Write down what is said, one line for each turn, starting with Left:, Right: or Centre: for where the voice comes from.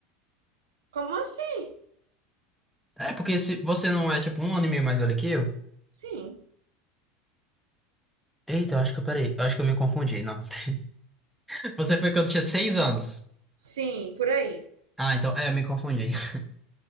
Right: Como assim?
Centre: É, porque se você não é tipo um ano e meio mais velho que eu.
Right: Sim.
Centre: Eita, eu acho que eu peraí. Eu acho que eu me confundi, não. <laughs> Você foi quando eu tinha seis anos.
Right: Sim, por aí.
Centre: Ah, então, é, eu me confundi. <laughs>